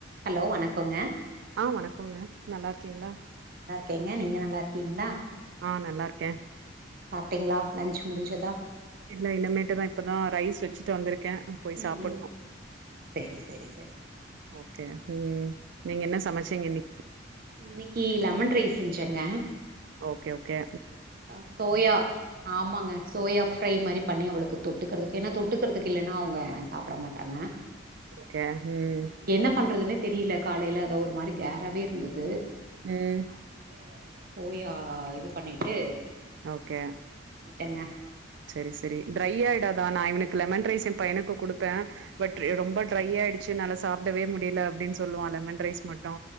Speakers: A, on the right; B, on the right.
A: Hello வணக்குங்க
B: ஆ வணக்குங்க நல்லார்கீங்ளா
A: கேங்க நீங்க நல்லார்க்கீங்ளா
B: ஆ நல்லார்க்கே
A: சாப்ட்டீங்ளா லஞ்ச் முடிஞ்சதா
B: இல்ல இனமேட்டு தான் இப்பதான் ரைஸ் வச்சிட்டு வந்திருக் க்கே போய்
A: ம்
B: சாப்புட்னு
A: ம் செரி செரி செரிங்க
B: ஓகே ம் ம் நீங்க என்ன சமச்சீங்க இன்னி
A: இன்னிகி லெமன் ரைஸ் செஞ்செங்க
B: ஓகே ஓக்கே
A: ஆ சோயா ஆமாங்க சோயா ஃப்ரை மாரி பண்ணி அவ்ளுக்கு தொட்டுக்கிறதுக்கு என்ன தொட்டுக்கிறதுக்கு இல்லன்னா அவங்க சாப்ட மாட்டாங்க
B: ஓகே ம்
A: ஹா என்ன பண்றதுன்னேத் தெரியில காலேல அதோ ஒர் மாரி கேராவே இர்ந்துது
B: ம்
A: அதனால சோயா இது பண்ணிட் ட்டு
B: ஓகே
A: ட்டங்க
B: செரி செரி ட்ரை ஆய்டாதா நா இவுனுக்கு லெமன் ரைஸ் என் பைனுக்கு குடு பே பட்
A: ஆ
B: ரெ ரொம்ப டிரையாய்டுச் சினாலா சாப்டவே முடில அப்டின் சொல்லுவா லெமன் ரைஸ் மட் ட்டோ